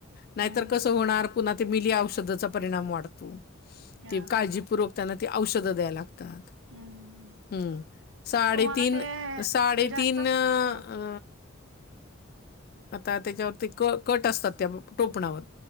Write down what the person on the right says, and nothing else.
हम्म
ह हा
हम्म
तुम्हाला ते
जास्तच
ह